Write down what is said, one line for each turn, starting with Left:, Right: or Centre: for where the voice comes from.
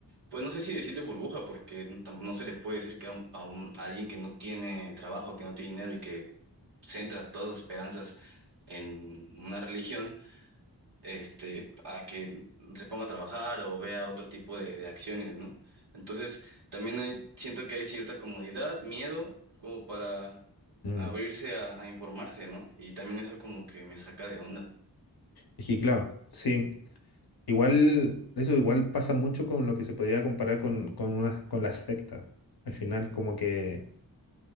Right: pues no sé si decirle burbuja, porque no tam- no se les puede decir que a, un- a un- a alguien que no tiene trabajo, que no tiene dinero y que centra todas sus esperanzas en una religión este, a que se ponga a trabajar o vea otro tipo de, de acciones, ¿no? Entonces, también hay- siento que hay cierta comodidad, miedo, como para
Left: Mm.
Right: abrirse a, a informarse, ¿no? Y también eso como que me saca de onda.
Left: Es que claro, sí. Igual, eso igual pasa mucho con lo que se podría comparar con, con, una- con las sectas. Al final, como que,